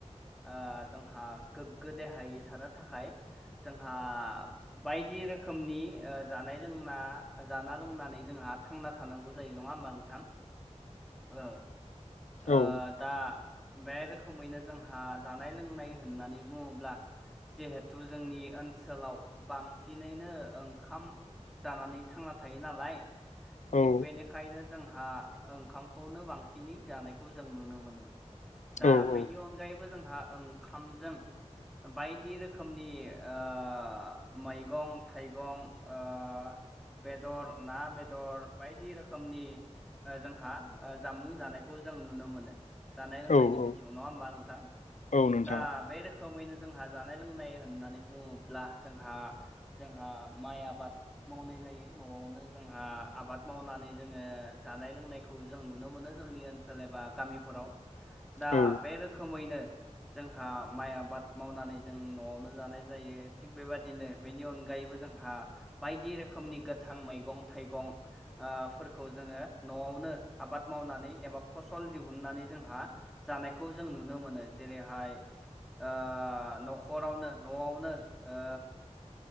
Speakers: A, in the centre; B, on the left.
A: आ जोंहा गोग्गो देहायै थानो थाखाय जोंहा बायदि रोखोमनि ओ जानाय लोंना जाना लोंनानै जोंहा थांना थानांगौ जायो नङा होमबा नोंथां? ओ। ओ
B: औ
A: दा बे रोखोमैनो जोंहा जानाय लोंनाय होननानै बुङोब्ला जिहेथु जोंनि ओनसोलाव बांसिनैनो ओंखाम जानानै थांना थायो नालाय थिग
B: औ
A: बेनिखायनो जोंहा ओंखामखौनो बांसिनै जानायखौ जों नुनो मोनो। दा
B: औ
A: बेनि
B: औ
A: अनगायैबो जोंहा ओंख्रामजों बायदि रोखोमनि ओ मैगं थाइगं‌ ओ बेदर ना बेदर बायदि रोखोमनि ओ जोंहा ओ जामुं जानायखौ जों जों नुनो मोनो जानाय लोंनायनि
B: औ औ
A: बिथिङाव नङा होमबा नोंथां?
B: औ नोंथां
A: दा बे रोखोमैनो जोंहा जानाय लोंनाय होननानै बुङोब्ला जोंहा जोंहा माइ आबाद मावनाय जायो न'आवनो जोंहा आबाद मावनानै जोङो जानाय लोंनायखौ जों नुनो मोनो जोंनि ओनसोल एबा गामिफोराव। दा
B: औ
A: बे रोखोमैनो जोंहा माइ आबाद मावनानै जों न'आवनो जानाय जायो थिग बेबादिनो बेनि अनगायैबो जोंहा बायदि रोखोमनि गोथां मैगं थाइगं आ फोरखौ जोङो न'आवनो आबाद मावनानै एबा फसल दिहुननानै जोंहा जानायखौ जों नुनो मोनो, जेरैहाय ओ न'खरावनो न'आवनो ओ